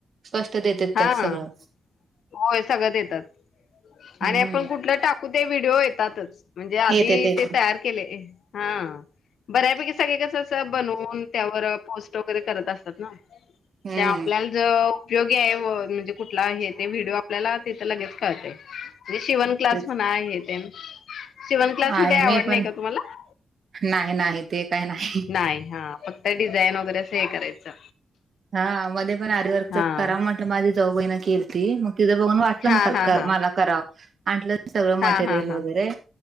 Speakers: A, on the right; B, on the left.
A: स्पष्ट देतेत
B: हां.
A: त्यात सगळच.
B: होय, सगळं देतात आणि
A: हम्म.
B: आपण कुठलं टा <unintelligible> व्हिडिओ येतातच, म्हणजे आधी
A: येते
B: ते
A: तर
B: तयार केलंय हां. बऱ्यापैकी सगळे कसं असं बनवून, त्यावर पोस्ट वगैरे करत असतात ना
A: हम्म.
B: ते आपल्याला जव उपयोगी आहे व म्हणजे कुठला हे ते व्हिडिओ आपल्याला तिथे लगेच कळतंय, म्हणजे शिवण क्लास
A: तेच
B: म्हणा हे तेन शिवण
A: आहे
B: <unintelligible> आवड
A: मी पण
B: नाही का तुम्हाला
A: नाही नाही ते काय नाही
B: नाही, हां. त डिझाईन वगैरे असं हे करायचं.
A: हां, मध्ये पण आरीवर्कच
B: हा
A: करा म्हटलं, माझी जाऊबाईन केलती, मग तीच बघून वाटलं
B: हा
A: मग काल
B: हा
A: का
B: हा
A: मला करावं आणलं मी सगळं मटेरियल
B: हा हा हा
A: वगैरे